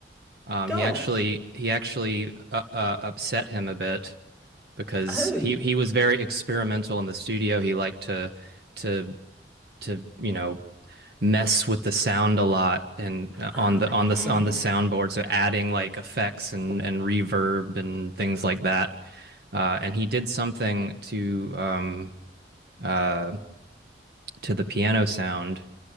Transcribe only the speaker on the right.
Um,
he actually he actually uh, uh, upset him a bit because
he he was very experimental in the studio. He liked to to to you know mess with the sound a lot and uh,
on the
on the on the soundboard so adding like effects and and reverb and things like that uh and he did something to um uh to the piano sound